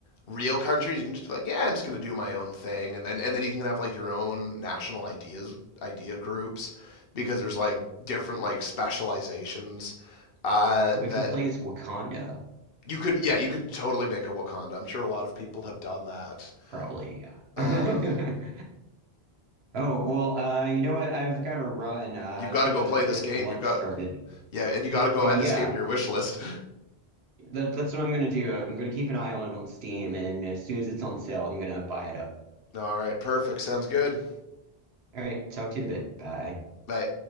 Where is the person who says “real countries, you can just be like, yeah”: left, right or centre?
Left